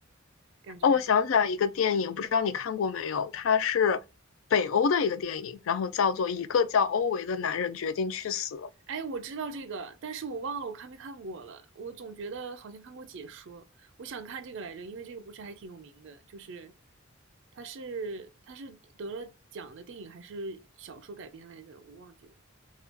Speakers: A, on the right (about 60°); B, on the left (about 70°).
A: 感觉还。
B: 哦，我想起来一个电影，不知道你看过没有？它是北欧的一个电影，然后叫做《一个叫欧维的男人决定去死》。
A: 哎，我知道这个，但是我忘了我看没看过了。我总觉得好像看过解说，我想看这个来着，因为这个不是还挺有名的，就是他是他是得了奖的电影还是小说改编来着，我忘记了。